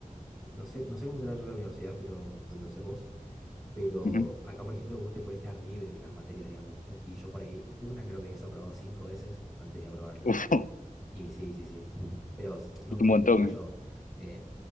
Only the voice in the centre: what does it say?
no sé, no sé cómo será allá en la universidad, pero donde haces vos, pero
acá, por ejemplo, vos te puedes quedar libre en las materias, digamos, ¿viste? Y yo por ahí una creo que he desaprobado cinco veces antes de aprobarla.
Y sí, sí, sí, pero s- no
porque
quería yo,
eh,